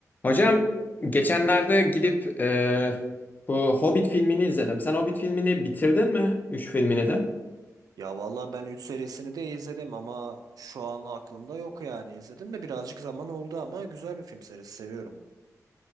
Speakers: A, on the left (about 30°); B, on the right (about 80°).
A: Hocam geçenlerde gidip e, bu Hobbit filmini izledim. Sen Hobbit filmini bitirdin mi? Üç filmini de.
B: Ya valla ben 3 serisini de izledim ama şu an aklımda yok yani. İzledim de birazcık zaman oldu ama güzel bir film serisi seviyorum.